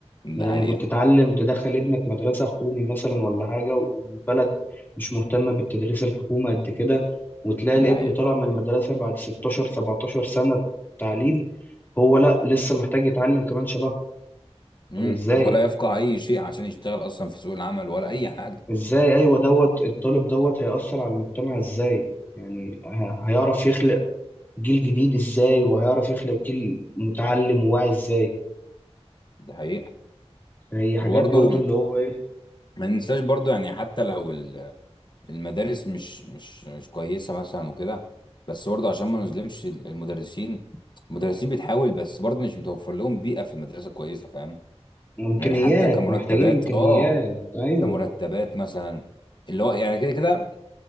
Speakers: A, on the left; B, on the left.
A: ده
B: بدل
A: حقيقة
B: ما كنت تتعلم تدخل ابنك مدرسة حكومي مثلا ولا حاجة والبلد مش مهتمة بالتدريس الحكومي قد كده وتلاقي
A: ده
B: الابن
A: حقيقة
B: طالع من المدرسة بعد 16 17 سنة تعليم هو لا لسه محتاج يتعلم كمان شبهه
A: مم.
B: طب ازاي
A: ولا يفقه اي شيء عشان يشتغل اصلا في سوق العمل ولا اي حاجه
B: ازاي ايوه دوت الطالب دوت هيأثر على المجتمع ازاي يعني ه- هيعرف يخلق جيل جديد ازاي وهيعرف يخلق جيل متعلم وواعي ازاي
A: ده حقيقه
B: فهي حاجات
A: وبرضه
B: برضو اللي هو ايه
A: ما ننساش برضه يعني حتى لو ال- المدارس مش مش مش كويسه مثلا وكده بس برضه عشان ما نظلمش ال- المدرسين المدرسين بتحاول بس برضه مش متوفر لهم بيئه في المدرسه كويسه فاهم
B: وامكانيات
A: يعني حتى كمرتبات
B: محتاجين امكانيات
A: اه
B: ايوه
A: كمرتبات مثلا اللي هو يعني كده كده